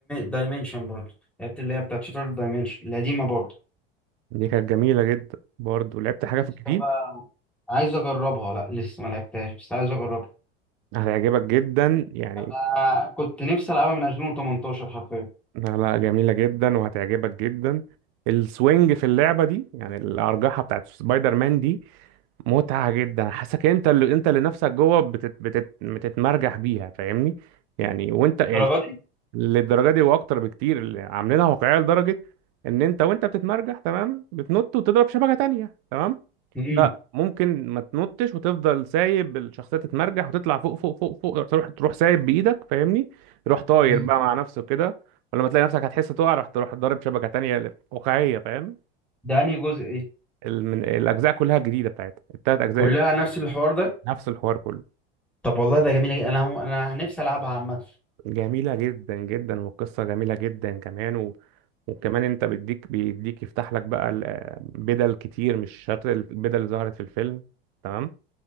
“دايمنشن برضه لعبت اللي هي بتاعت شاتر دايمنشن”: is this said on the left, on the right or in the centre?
Centre